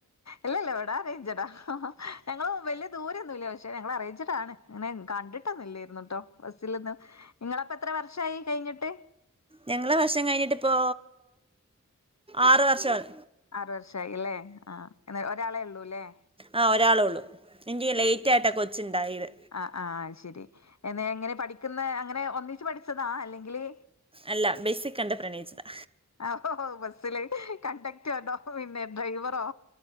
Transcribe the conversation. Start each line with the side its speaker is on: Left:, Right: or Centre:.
Left: ഇല്ലല്ലാ ഇവിടറേഞ്ച്ടാ ഞങ്ങള് വല്ല്യ ദൂരൊന്നുല്ല പക്ഷേ ഞങ്ങളറേഞ്ച്ടാണ് ങ്ങനെ കണ്ട്ട്ടൊന്നല്ലേർന്നുട്ടോ ബസ്സിലൊന്നും നിങ്ങളപ്പെത്ര വർഷായി കയ്ഞ്ഞിട്ട്
Right: ഞങ്ങളെ വർഷം കഴിഞ്ഞിട്ടിപ്പോ ആറ് വർഷമാണ്
Left: ആറ് വർഷായില്ലേ ആ എന്ന ഒരാളെയുള്ളൂല്ലേ
Right: ആഹ് ഒരാളൊള്ളൂ എൻക്കീ ലേറ്റായിട്ടാ കൊച്ചുണ്ടായത്
Left: ആഹ് ആഹ് അയ്ശരി എന്നെ എങ്ങനെ പഠിക്കുന്നെ അങ്ങനെ ഒന്നിച്ച് പഠിച്ചതാ അല്ലെങ്കില്
Right: അല്ല ബെസ്സികണ്ട് പ്രണയിച്ചതാ
Left: ആ ഹോഹോ ബസ്സില് കണ്ടക്ടോട്ടോ പിന്നെ ഡ്രൈവറോ